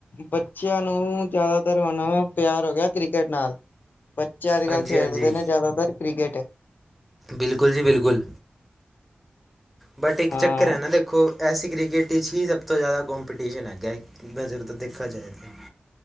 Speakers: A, on the left; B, in the centre.
A: ਬੱਚਿਆਂ ਨੂੰ ਜ਼ਿਆਦਾਤਰ ਹੁਣ ਪਿਆਰ ਹੋ ਗਿਆ ਕ੍ਰਿਕਟ ਨਾਲ। ਬੱਚੇ ਅੱਜ
B: ਹਾਂਜੀ
A: ਕੱਲ੍ਹ ਖੇਡਦੇ
B: ਹਾਂਜੀ
A: ਨੇ ਜਾਦਾਤਰ ਕ੍ਰਿਕਟ।
B: ਬਿਲਕੁਲ ਜੀ ਬਿਲਕੁਲ ਬਟ ਇੱਕ
A: ਹਾਂ
B: ਚੱਕਰ ਹੈ ਨਾ ਦੇਖ ਖੋ ਐਸੀ ਕ੍ਰਿਕਟ ਇਚ ਹੀ ਸਭ ਤੋਂ ਜ਼ਿਆਦਾ ਕੋਂਪੀਟੀਸ਼ਨ ਹੈਗਾ ਇੱਕ ਨਜ਼ਰ ਤੋਂ ਦੇਖਿਆ ਜਾਏ ਤਾਂ।